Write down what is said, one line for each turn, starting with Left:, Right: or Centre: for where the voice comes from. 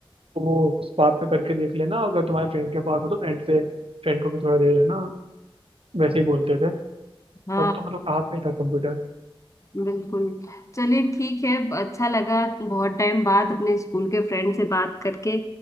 Right: तो वो उस बात पे करके देख लेना अगर तुम्हारे फ्रेंड के पास हो तो फ्रेंड से फ्रेंड को भी थोड़ा दे देना वैसे ही बोलते थे
Left: हाँ,
Right: तब तो मतलब कहाँ पे था कंप्यूटर
Left: बिल्कुल चलिए ठीक है अच्छा लगा बहुत टाइम बाद अपने स्कूल के फ्रेंड से बात करके